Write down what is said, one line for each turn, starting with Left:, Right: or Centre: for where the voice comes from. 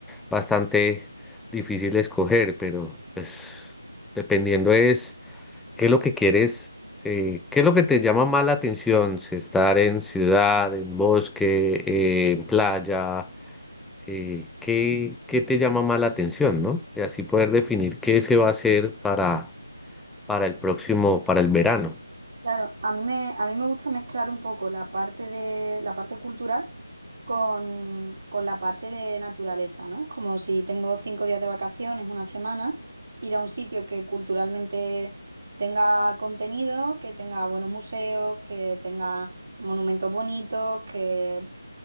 Centre: bastante difícil escoger, pero pues dependiendo es qué es lo que quieres, eh, qué es lo que te llama más la atención, si estar en ciudad, en bosque, eh, en playa eh, qué, qué te llama más la atención, ¿no? Y así poder definir qué se va a hacer para, para el próximo, para el verano.
Right: Claro, a mí me, a mí me gusta mezclar un poco la parte de la parte cultural con, con la parte de naturaleza, ¿no? Como si tengo cinco días de vacaciones, una semana, ir a un sitio que culturalmente tenga contenido, que tenga buenos museos, que tenga monumentos bonitos, que